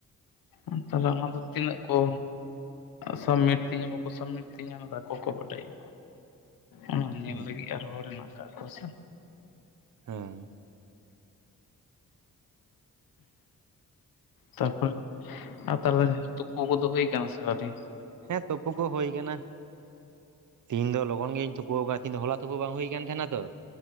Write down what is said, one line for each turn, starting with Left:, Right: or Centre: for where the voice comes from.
Left: ᱟ ᱛᱟᱞᱦᱮ ᱟᱢᱟᱜ ᱫᱚ ᱛᱤᱱᱟᱹᱜ ᱠᱚ? ᱥᱟᱵᱢᱤᱴ ᱛᱤᱧᱟᱹ ᱵᱟᱠᱚ ᱥᱟᱵᱢᱤᱴ ᱛᱤᱧᱟᱹ ᱚᱱᱟ ᱫᱚ ᱟᱠᱚ ᱠᱚ ᱵᱟᱰᱟᱭᱟ ᱚᱱᱟ ᱧᱮᱞ
Right: ᱦᱩᱸ
Left: ᱞᱟᱹᱜᱤᱜ ᱟᱨᱦᱚᱸ ᱦᱚᱲ ᱢᱮᱱᱟᱜ ᱠᱟᱜ ᱠᱚᱣᱟ ᱥᱮ᱾
Right: ᱦᱩᱸ
Left: ᱛᱟᱨᱯᱚᱨᱮ ᱟᱨ ᱛᱟᱞᱦᱮ ᱛᱩᱯᱩ ᱠᱚᱫᱚ ᱦᱩᱭ ᱠᱟᱱᱟ ᱥᱮ ᱟᱹᱣᱨᱤ?
Right: ᱦᱮᱸ ᱛᱩᱯᱩ ᱠᱚ ᱦᱩᱭ ᱟᱠᱟᱱᱟ ᱛᱮᱦᱤᱧ ᱫᱚ ᱞᱚᱜᱚᱱ ᱜᱤᱧ ᱛᱩᱯᱚᱣᱠᱟ ᱛᱤᱱᱫᱚ ᱦᱚᱞᱟ ᱛᱩᱯᱩ ᱵᱟᱝ ᱦᱩᱭ ᱠᱟᱱ ᱛᱟᱦᱮᱸᱱᱟ ᱛᱚ᱾